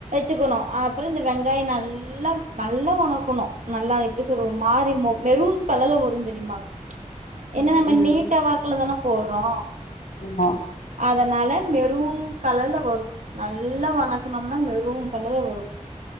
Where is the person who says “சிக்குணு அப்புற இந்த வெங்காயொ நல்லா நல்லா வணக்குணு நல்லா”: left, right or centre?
Right